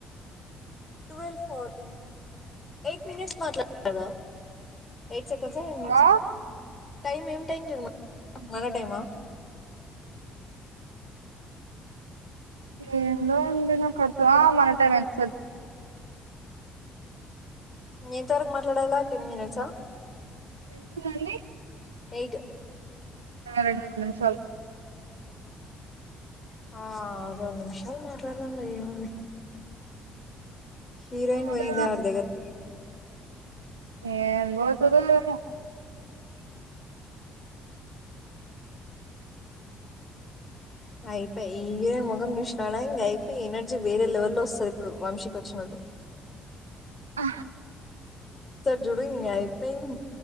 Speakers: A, on the left; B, on the right.
A: ట్వెల్వ్ ఫోర్టీన్ ఎయిట్ మినిట్స్ట్లాడతా ఎయిట్ సె <unintelligible>
B: ఆ
A: టైం ఏం టైం చదు మన టైమా
B: ఏందో అండి నాక్ అర్ద్ మన టైం ఎంత స
A: ఇంతవరకు మాట్లాడాలా టెన్ మినిట్సా ఆ
B: ఎందులోండి
A: ఎయిట్
B: రెండు నిమిషాలు
A: ఆ రెండు నిమిషాలు మాట్లాదం లే ఏముంది హీరోయిన్
B: అదే
A: పోయింది అడి దగరకి
B: ఏ పోతాదో ఏమో
A: అయిపోయి హీరోయన్ ముఖం చూసునాడా ఇంక అయిపోయి ఎనర్జీ వేరే లెవెల్ లో వస్తుంది ఇప్పుడు వంశీకి వచ్చినట్టు
B: ఆ
A: జుడుంగ అయిపోయి